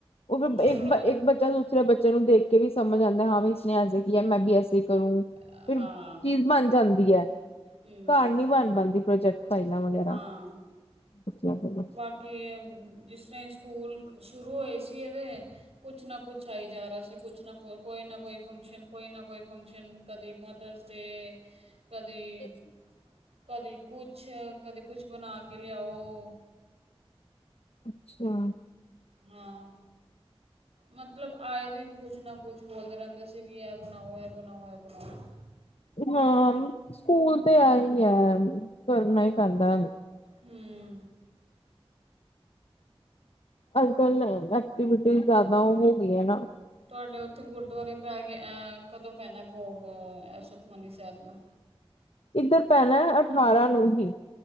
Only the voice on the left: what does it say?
ਉਹ ਫਿਰ
ਇੱਕ ਬੱਚਾ ਦੂਸਰੇ, ਬੱਚੇ ਨੂੰ ਦੇਖ ਕੇ ਵੀ ਸਮਝ ਆਦਾ ਹਾਂ ਵੀ ਇਸ ਨੇ ਐੇਸੇ ਕੀ ਹੈ ਮੈਂ ਵੀ ਐਸੇ ਕਰੋ
ਫਿਰ ਚੀਜ਼ ਬਣ ਜਾਂਦੀ ਹੈ
ਘਰ ਨੀ ਬਣ ਪਾਦੀ। ਪ੍ਰੋਜੈਕਟ ਫਾਈਲਾਂ ਵਗੈਰਾ।
ਬੱਚਿਆਂ ਕੋਲੋਂ
ਅੱਛਾ
ਅੱਛਾ,
ਹਾਂ ਸਕੂਲ ਤੇ ਐ ਹੀ ਹੈ, ਕਰਨਾ ਹੀ ਪੈਂਦਾ।
<unintelligible> ਐਕਵਿਟੀ ਜ਼ਿਆਦਾ ਹੋ ਗਈਆਂ ਨਾ।
ਇੱਧਰ ਪੈਣਾ ਅਠਾਰਾਂ ਨੂੰ ਹੀ।